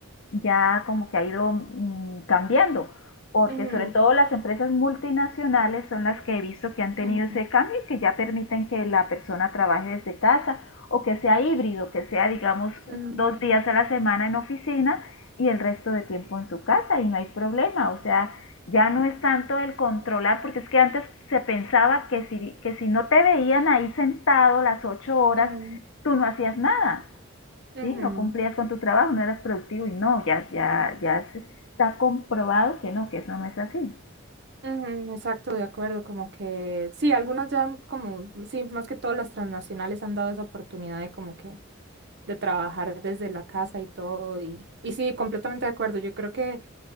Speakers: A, on the left; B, on the right.
A: ya como que ha ido mm, cambiando, porque
B: ujú,
A: sobre todo las empresas multinacionales son las que he visto que han tenido
B: ujú,
A: ese cambio y que ya permiten que la persona trabaje desde casa o que sea híbrido, que sea digamos
B: ujú, ujú,
A: dos días a la semana en oficina y el resto de tiempo en su casa y no hay problema, o sea, ya no es tanto el controlar, porque es que antes se pensaba que si, que si no te veían ahí sentado las ocho horas,
B: ujú,
A: tú no hacías nada,
B: ujú,
A: ¿sí?
B: ujú,
A: No cumplías con tu trabajo, no eras productivo y no, ya, ya, ya está comprobado que no, que eso no es así.
B: ujú, Exacto, de acuerdo, como que sí, algunas ya han como, sí, más que todas las transnacionales han dado esa oportunidad de como que de trabajar desde la casa y todo. Y, y sí, completamente de acuerdo. Yo creo que,